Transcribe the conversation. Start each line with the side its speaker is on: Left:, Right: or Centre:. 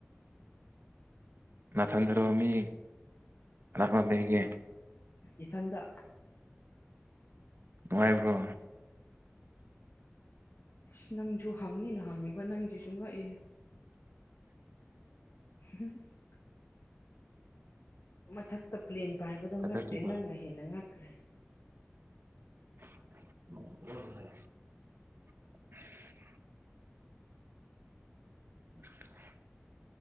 Right: ꯅꯊꯟꯗꯔꯣ ꯃꯤ ꯀꯅꯥ ꯀꯅꯥ ꯂꯩꯔꯤꯒ‌ꯦ
Left: ꯏꯊꯟꯗ
Right: ꯅꯨꯡꯉꯥꯏꯕ꯭ꯔꯣ
Left: ꯑꯁ ꯅꯪꯁꯨ ꯍꯪꯅꯤꯅ ꯍꯪꯉꯤꯕ ꯅꯪꯁꯤꯁꯨ ꯉꯛꯑ‌ꯦꯍ‌ꯦ <unintelligible> ꯃꯊꯛꯇ ꯄ꯭ꯂꯦꯟ ꯄꯥꯏꯕꯗꫭ
Right: ꯄꯥꯏꯈꯠꯇ꯭ꯔꯤꯕꯣ?
Left: ꯉꯛꯇꯦ ꯅꯪꯅ ꯍꯦꯟꯅ ꯉꯛꯈ꯭ꯔꯦ
Right: <unintelligible> <unintelligible>